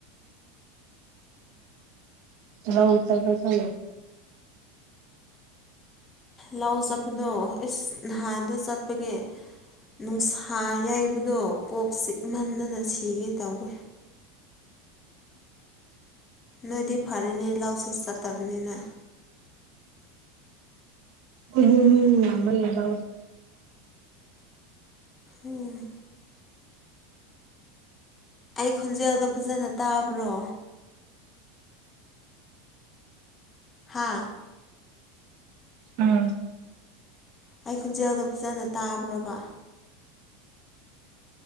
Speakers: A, on the right (about 50°); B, on the left (about 15°).
A: ꯍ ꯎ ꯆꯔꯗ ꯆ
B: ꯂꯧ ꯆꯠꯄꯗꯣ ꯏꯁꯁ ꯅꯍꯥꯟꯗ ꯆꯠꯄꯒꯤꯦ ꯅꯨꯡꯁꯥ ꯌꯥꯏꯕꯗꯣ ꯀꯣꯛ ꯆꯤꯛꯍꯟꯗꯅ ꯁꯤꯒꯦ ꯇꯧꯋꯦ ꯅꯣꯏꯗꯤ ꯐꯔꯤꯅꯦ ꯂꯥꯎꯁꯨ ꯆꯠꯇꯕꯅꯤꯅ
A: ꯎ ꯂꯝꯕꯂꯦꯗ
B: ꯎꯝ ꯑꯩ ꯈꯣꯟꯖꯦꯜꯗ ꯐꯖꯅ ꯇꯥꯕ꯭ꯔꯣ ꯍꯥꯥ
A: ꯎꯝ
B: ꯑꯩ ꯈꯣꯟꯖꯦꯜꯗꯣ ꯐꯖꯅ ꯇꯥꯕ꯭ꯔꯕ